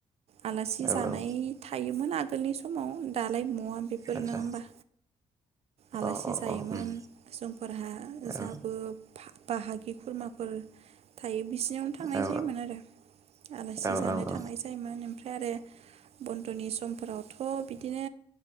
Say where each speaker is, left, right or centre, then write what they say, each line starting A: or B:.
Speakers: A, on the right (about 60°); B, on the right (about 25°).
A: आलासि
B: औ
A: जानाय
B: औ
A: थायोमोन आ गोलनि समाव दालाय मुवा फोरनो
B: आदसा
A: होमबा आलासि
B: अ अ
A: जायोमोन
B: अ उम
A: जोंफोरहा
B: औ
A: जाबो फा बाहागि खुरमाफोर थायो बिसिनियावनो थांनाय
B: औ
A: जायोमोन आरो आलासि
B: औ
A: जानो
B: औ औ
A: थांनाय जायोमोन उम फ्राय आरो बन्दनि समफोरावथ' बिदिनो